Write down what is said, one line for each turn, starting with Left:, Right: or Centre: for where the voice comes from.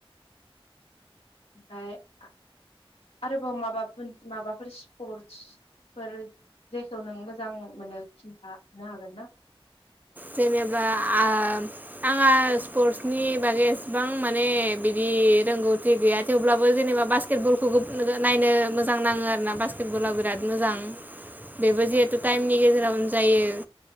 Left: ओमफाय आ-आरोबाव माबाफोर माबाफोर स्पर्टसफोर जायखौ नों मोजां मोनो खिन्थानो हागोन ना?
Right: जेनेबा आ-आंहा स्पर्टसनि बागै एसेबां माने बिदि रोंगौथि गैया थेवब्लाबो जेनेबा बास्केटबलखौ नायनो मोजां नाङो आरोना बास्केट बला बिराद मोजां बेबो जिहेतु टाइमनि गेजेरावनो जायो